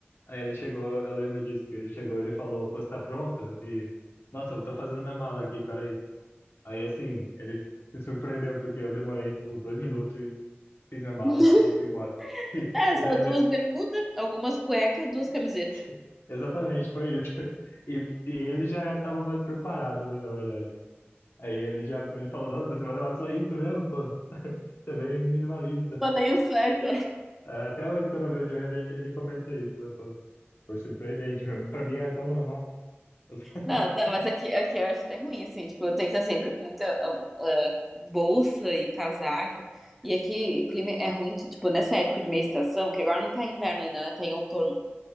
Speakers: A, on the left; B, in the centre.
A: Aí ele chegou, eu lembro disso, que ele chegou, ele falou, pô, você tá pronto? E, nossa, eu tô fazendo minha mala aqui, peraí. Aí, assim, ele se surpreendeu, porque eu demorei, tipo, dois minutos e fiz minha mala
B: <laughs>
A: e saí e fui embora. <laughs>
B: É,
A: E,
B: só
A: daí
B: duas
A: ele.
B: bermudas, algumas cuecas, duas camisetas.
A: <laughs> Exatamente, foi isso. E, e ele já estava mais preparado, né, na verdade. Aí ele já ele falou, nossa, você vai levar só isso mesmo, pô? Você é bem minimalista.
B: Mandei um sueco.
A: É, Até hoje, quando eu vejo ele, ele, ele comenta isso, né, pô? Foi surpreendente mesmo. Pra mim era tão normal. <laughs> Eu fico,
B: Não, não, mas aqui, aqui eu acho até ruim, assim, tipo, eu tenho que estar sempre com muita hum, ah, bolsa e casaco. E aqui o clima é ruim que, tipo, nessa época de meia estação, que agora não tá inverno ainda, né? Tá em outono.